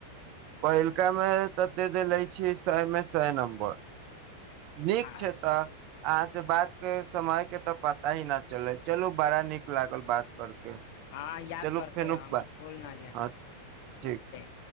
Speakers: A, on the right; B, on the left.
A: पहिलका मे तऽ दे देेले छी सय मे सय नम्बर नीक
B: आज
A: छै त अहाँ से बात के समय के तऽ पता ही ना चले चलू बड़ा नीक लागल बात करके
B: हँ याद
A: चलू
B: करते रहम
A: <unintelligible> बा
B: भूल ना
A: हँ ठीक
B: जाए